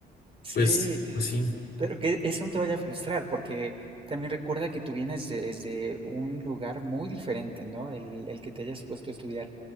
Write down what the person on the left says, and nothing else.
pues pues sí.